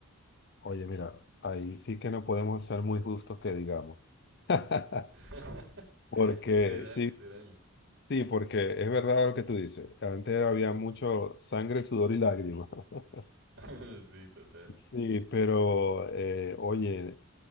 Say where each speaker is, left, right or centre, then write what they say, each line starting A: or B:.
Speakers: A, on the left; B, on the right.
A: Oye, mira, ahí sí que no podemos ser muy justos que digamos. <laughs>
B: <laughs>
A: Porque,
B: Literal,
A: sí,
B: literal.
A: sí, porque es verdad lo que tú dices. Antes había mucho sangre, sudor y lágrimas. <laughs>
B: <laughs> Sí, total.
A: Sí, pero eh, oye,